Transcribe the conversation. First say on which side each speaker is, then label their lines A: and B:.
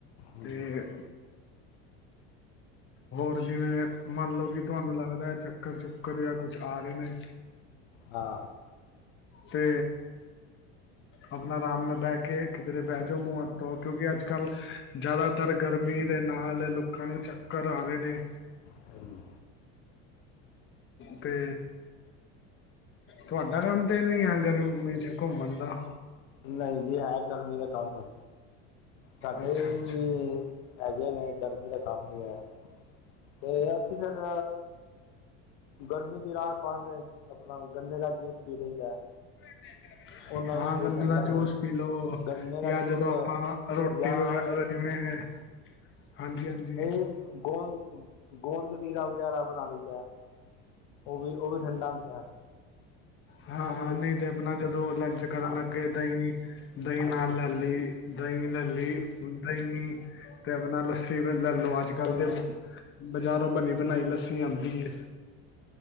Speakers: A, on the left; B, on the left.
A: ਹਮ,
B: ਤੇ ਹੋਰ ਜਿਵੇਂ ਮੰਨ ਲਓ ਕਿ ਤੁਹਾਨੂੰ ਲੱਗਦਾ ਹੈ ਚੱਕਰ ਚੁੱਕਰ ਜਾਂ ਕੁਛ ਆ ਰਹੇ ਨੇ
A: ਹਾਂ
B: ਤੇ, ਆਪਣਾ ਆਰਾਮ ਨਾਲ ਬਹਿ ਕੇ ਕਿਧਰੇ ਬਹਿ ਜਾਓ ਮੂੰਹ ਹੱਥ ਧੋ ਕਿਉਂਕਿ ਅੱਜ ਕੱਲ੍ਹ ਜ਼ਿਆਦਾ ਤਰ ਗਰਮੀ ਦੇ ਨਾਲ ਲੋਕਾਂ ਨੂੰ ਚੱਕਰ ਆ ਰਹੇ ਨੇ।
A: ਹਮ,
B: ਤੇ, ਤੁਹਾਡਾ ਕੰਮ ਤਾਂ ਨਹੀਂ ਆ ਗਰਮੀ 'ਚ ਘੁੰਮਣ ਦਾ।
A: ਨਹੀਂ ਜੀ ਹੈ ਗਰਮੀ ਦਾ ਕੰਮ ਸਾਡੇ
B: ਅੱਛਾ ਅੱਛਾ
A: ਵੀ ਹੈਗੇ ਨੇ ਗਰਮੀ ਦਾ ਕੰਮ ਹੀ ਹੈ ਤੇ ਅਸੀਂ ਫਿਰ, ਗਰਮੀ ਦੀ ਰਾਹਤ ਪਾਣ ਦੇ ਲਈ ਆਪਣਾ ਗੰਨੇ ਦਾ ਜੂਸ ਪੀ ਲਈਦਾ।
B: <unintelligible>
A: ਉਹ ਨਾਲ
B: ਹਾਂ
A: ਵੀ ਬੜੀ
B: ਗੰਨੇ
A: ਠੰਡਕ
B: ਦਾ ਜੂਸ ਪੀ ਲਓ
A: ਗੰਨੇ ਦਾ
B: ਜਾਂ
A: ਜੂਸ
B: ਜਦੋਂ ਆਪਾਂ ਰੋਟੀ
A: ਜਾਂ
B: ਵਗੈਰਾ
A: ਫਿਰ
B: ਜਿਵੇਂ ਹਾਂਜੀ ਹਾਂਜੀ,
A: ਇਹ ਗੋਦ ਗੋਂਦ ਕਤੀਰਾ ਵਗੈਰਾ ਬਣਾ ਲਈ ਦਾ। ਉਹ ਵੀ ਉਹ ਵੀ ਠੰਡਾ ਹੁੰਦਾ।
B: ਹਾਂ
A: ਹਾਂਜੀ
B: ਹਾਂ ਨਹੀਂ ਤੇ ਆਪਣਾ ਜਦੋਂ ਲੰਚ ਕਰਨ
A: ਹਾਂਜੀ
B: ਲੱਗੇ ਦਹੀਂ ਦਹੀਂ
A: ਹਾਂਜੀ
B: ਨਾਲ ਲੈ ਲਈ ਦਹੀਂ ਲੈ ਲਈ ਦਹੀਂ ਨਾਲ ਤੇ ਆਪਣਾ ਲੱਸੀ ਵੀ ਲੈ ਲਓ ਅੱਜ ਕੱਲ
A: ਦਹੀਂ
B: ਤੇ,
A: ਹਮ
B: ਬਜ਼ਾਰੋਂ ਬਣੀ ਬਣਾਈ ਲੱਸੀ ਆਂਦੀ ਐ।